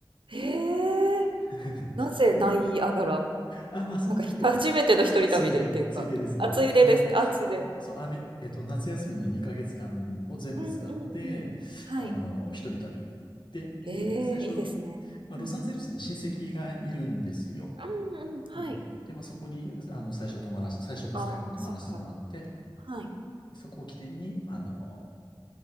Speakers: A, on the right (about 85°); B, on the left (about 65°).
A: ーへえ。
B: <laughs>
A: なぜナイアガラ
B: あ、まあその時は、
A: なんかひ初めての一人旅でっていうか、
B: <laughs> つ、ついで、ついでですね。
A: 暑いでですね。
B: あの、
A: 暑いで。
B: そう、あめ、えっと、夏休みの2ヶ月間を全部使って、
A: うんうんうん。はい。
B: あの、一人旅。で、
A: え
B: え、最初、
A: え、いいですね。
B: まあ、ロサンゼルスに親戚がいるんですよ。
A: うん。うんうん。はい。
B: うん。で、まあそこに、あの、最初泊まらし、最初と最後泊まらせてもらって、
A: ああ、そっかそっか。はい。
B: そこを起点に、あの